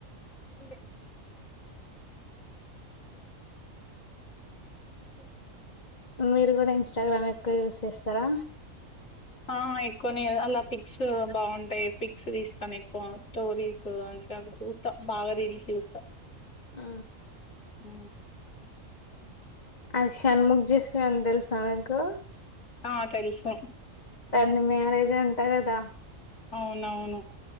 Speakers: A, on the left; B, on the left.
A: బ అ
B: మీరు కూడా ఇన్స్టాగ్రామ్ ఎక్కువ యూజ్ చేస్తారా
A: ఆ ఎక్కువనే అలా పిక్స్ బాగుంటాయి పిక్స్ తీస్తాను ఎక్కువ స్టోరీస్ చూస్తాం బాగా రీల్స్ చూస్తాం
B: ఆ
A: అ
B: అది షణ్ముఖ్ జశ్వంత్ తెలుసా మీకు?
A: ఆ తెలుసు.
B: వాంది మ్యారేజ్ అంటా గదా
A: అవునవును